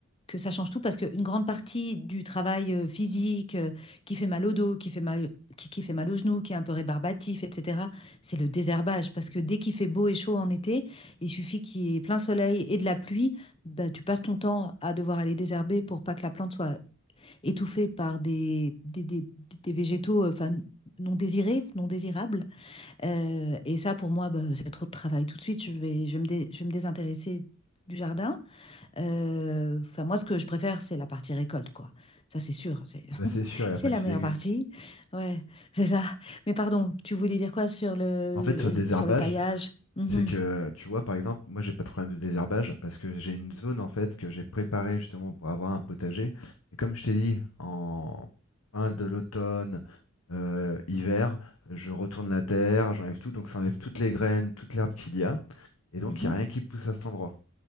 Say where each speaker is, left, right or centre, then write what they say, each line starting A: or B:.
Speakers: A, on the left; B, on the left.
A: que ça change tout parce qu'une grande partie du travail euh, physique euh, qui fait mal au dos, qui fait mal, qui, qui fait mal aux genoux, qui est un peu rébarbatif, etc., c'est le désherbage. Parce que dès qu'il fait beau et chaud en été, il suffit qu'il y ait plein soleil et de la pluie, bah, tu passes ton temps à devoir aller désherber pour pas que la plante soit étouffés par des, des, des- des végétaux euh, enfin, non désirés, non désirables. Euh, et ça, pour moi, bah, c'est trop de travail. Tout de suite, je vais, je vais me dé- je vais me désintéresser du jardin. Euh, Enfin, moi, ce que je préfère, c'est la partie récolte, quoi. Ça, c'est sûr. C'est <laughs>
B: ah bah c'est sûr, et
A: c'est
B: après
A: la
B: tu
A: meilleure
B: dégustes.
A: partie. Ouais, c'est ça. Mais pardon, tu voulais dire quoi sur le,
B: Mais en fait, sur le désherbage,
A: sur le paillage? Mhm,
B: C'est que, tu vois, par exemple, moi, j'ai pas de problème de désherbage parce que j'ai une zone, en fait, que j'ai préparée justement pour avoir un potager. Et comme je t'ai dit, en fin de l'automne, euh, hiver, je retourne la terre, j'enlève tout, donc ça enlève toutes les graines, toute l'herbe qu'il y a. Et donc,
A: mhm,
B: il n'y a rien qui pousse à cet endroit.